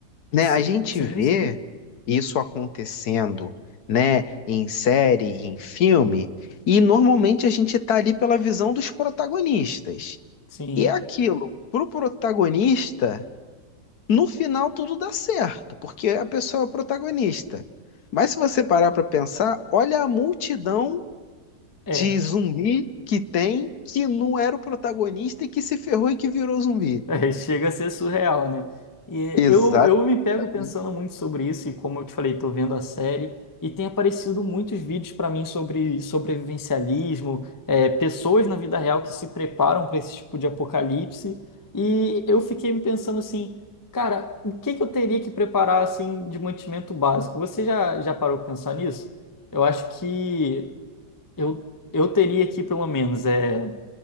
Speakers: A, on the left; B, on the left.
A: né,
B: Si-
A: a gente
B: Sim,
A: vê
B: sim,
A: isso acontecendo, né, em série, em filme, e normalmente a gente tá ali pela visão dos protagonistas.
B: sim.
A: E é aquilo, pro protagonista, no final tudo dá certo, porque a pessoa é o protagonista. Mas se você parar pra pensar, olha a multidão
B: É.
A: de zumbi que tem, que não era o protagonista e que se ferrou e que virou zumbi.
B: É, chega a ser surreal, né? E
A: Exatamente.
B: eu, eu me pego pensando muito sobre isso, e como eu te falei, tô vendo a série, e tem aparecido muitos vídeos para mim sobre sobrevivencialismo, é, pessoas na vida real que se preparam para esse tipo de apocalipse, e eu fiquei me pensando assim, cara, o que que eu teria que preparar assim de mantimento básico? Você já, já parou para pensar nisso? Eu acho que eu, eu teria aqui pelo menos, é,